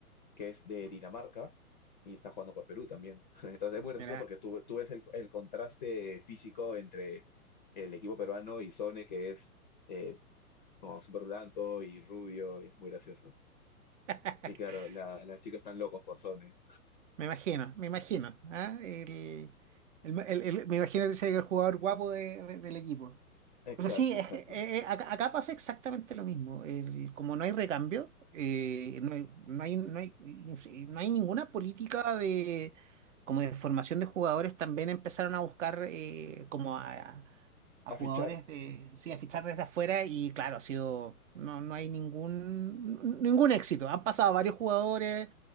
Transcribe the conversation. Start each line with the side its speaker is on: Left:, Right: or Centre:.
Left: que es de Dinamarca y está jugando por Perú también. <laughs> Entonces es muy gracioso
Right: Mira.
Left: porque tú, tú ves el, el contraste físico entre el equipo peruano y Sone, que es eh, como súper blanco y rubio, y es muy gracioso.
Right: <laughs>
Left: Y claro, la- las chicas están locos por Sone.
Right: Me imagino, me imagino. ¿ah? El, el- el- el- me imagino que ese es el jugador guapo de- de- del equipo.
Left: Exacto,
Right: Pero sí, es
Left: exacto.
Right: que, eh, eh, acá, acá pasa exactamente lo mismo. El- como no hay recambio, eh, no hay, no hay, no hay, y no hay ninguna política de, como de formación de jugadores. También empezaron a buscar eh, como a, a jugadores
Left: A fichar,
Right: de, sí, a fichar desde afuera y claro, ha sido, no, no hay ningún, ningún éxito. Han pasado varios jugadores